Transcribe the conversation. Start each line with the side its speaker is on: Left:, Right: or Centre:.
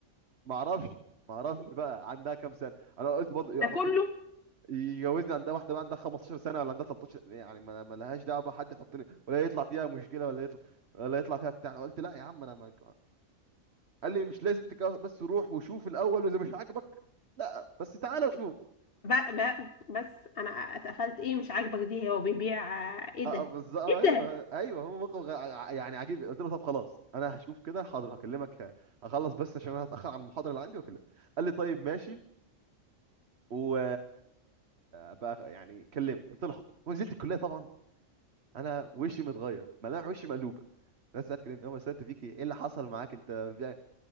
Right: ما اعرفش ما اعرفش بقى عندها كام سنه انا قلت برضه يحطني
Left: ده كله
Right: يجوزني عندها واحده بقى عندها 15 سنه ولا عندها 13 يعني ما ما لهاش دعوه بقى حد يحطني ولا يطلع فيها مشكله ولا يطلع ولا يطلع فيها بتاع قلت لا يا عم انا ما قال لي مش لازم تتجوز بس روح وشوف الاول واذا مش عاجبك لا بس تعالى وشوف
Left: بقى بقى بس انا اتقفلت ايه مش عاجبك دي هو بيبيع آه، ايه
Right: اه
Left: ده
Right: بالظبط ايوه
Left: ايه ده
Right: ايوه هو موقف غ- ع- يعني عجيب قلت له طب خلاص انا هشوف كده حاضر هكلمك اخلص بس عشان انا هتاخر على المحاضره اللي عندي واكلمك قال لي طيب ماشي و بقى يعني كلمني قلت له حاضر ونزلت الكليه طبعا انا وشي متغير ملامح وشي مقلوبه ناس سالت كده هم سالت فيك ايه إيه اللي حصل معاك انت بيع-